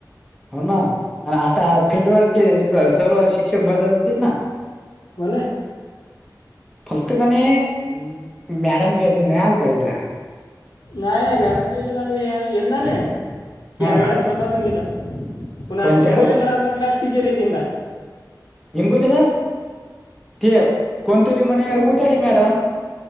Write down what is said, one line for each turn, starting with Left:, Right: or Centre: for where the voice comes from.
Centre: हो ना आणि आता फिल््डवर सर्व शिक्षक बदलतील ना.
Left: क ना.
Centre: फक्त का नाही मॅडमच्या य नाही नाही आल पाहिजे का.
Left: नाही नाही मॅडमच्या याच्यात आलू यंदा नाही कि
Centre: हा
Left: मॅडम सपथून घेतात. पुन्हा
Centre: कोणत्या
Left: इंगोले सर आपले क्लास टीचर आहे तदा.
Centre: हिंगोलीचा ते कोणतरी म्हणे उजळे मॅडम.